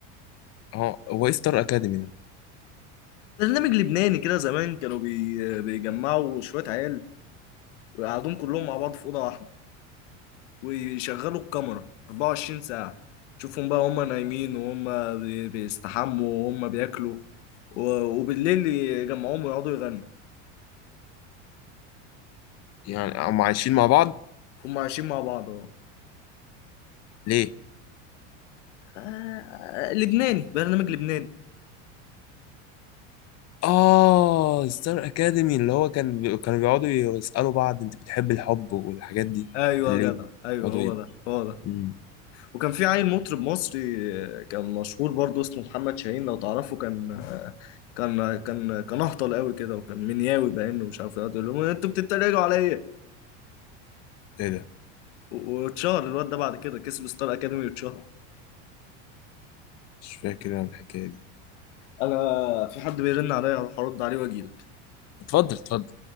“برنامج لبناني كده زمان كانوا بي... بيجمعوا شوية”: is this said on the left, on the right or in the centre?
Left